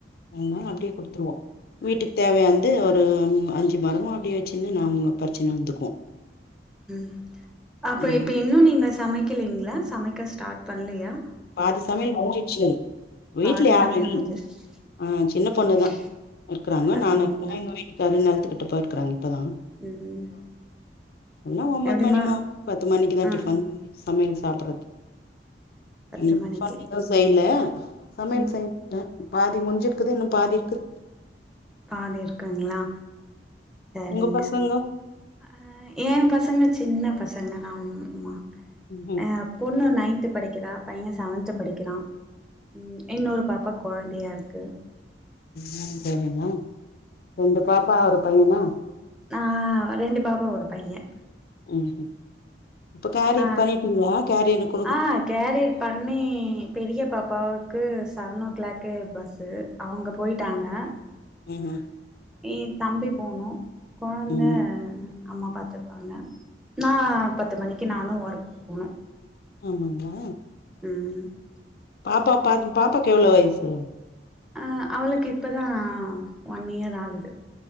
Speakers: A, on the left; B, in the centre.
A: அதனால அப்டியே குடுத்துருவோ வீட்டுக்கு தேவையான்து ஒரு அஞ்சு மரமோ அப்டியே வச்சுனு நாங்க பறிச்சின்னு வந்துக்குவோ
B: ம் அப்ப
A: ம்
B: இப்ப இன்னு நீங்க சமைக்கலீங்களா சமைக்க ஸ்டார்ட் பண்லியா
A: பாதி சமையல் முன்சிச்சு வீட்ல
B: பாதி
A: யார்
B: சமையல்
A: இல்ல
B: முடிஞ்சிருச்சு
A: ஆ சின்ன பொண்ணு
B: அப்டின்
A: தா இருக்கறாங்க
B: அப்டிங்களா
A: நானு இருக்கிற எங்க வீட்டு கரு நலத்துக்கிட்ட போயிருக்கறாங்க இப்ப தா
B: ம் ம்
A: இன்னு ஒன்பது
B: எப்டிமா
A: மணி பத்து மணிக்கு தா
B: ஆ
A: டிபன் சமையல் சாப்பறது
B: பத்து
A: இப்பா
B: மணிக்கு
A: எதுவு செய்ல சமையல்
B: ம்
A: செய்ய பாதி முடிஞ்சிருக்குது இன்னு பாதி இருக்கு
B: பாதி இருக்குங்ளா சரிங்க
A: உங்க பசங்க
B: அ என் பசங்க சின்ன பசங்க தா மா
A: ம்
B: அ பொண்ணு நைன்த்து படிக்கிறா பையன் செவன்த்து படிக்கிறான் ம் இன்னொரு பாப்பா கொழந்தையா இருக்கு
A: மூண்
B: ஆ
A: பேருங்ளா ரெண்டு பாப்பா ஒரு பையனா
B: ஆ ரெண்டு பாப்பா ஒரு பையன்
A: ம் ம் இப்ப கேரி
B: ஆ
A: பண்ணிட்டீங்ளா கேரி இருக்
B: ஆ கேரி பண்ணி பெரிய பாப்பாவுக்கு செவன் ஓ கிளாக்கு பஸ்ஸு அவங்க போயி ட்டாங்க
A: ம் ம்
B: என் தம்பி போனு கொழந்த
A: ம்
B: அம்மா பார்த்துப்பாங்க நா பத்து மணிக்கு நானு ஒர்க் போனு
A: ஆமாங்ளா
B: ம்
A: பாப்பா பா பாப்பாக்கு எவ்ளோ வயசு
B: அ அவளுக்கு இப்பதா ஒன் இயர் ஆகுது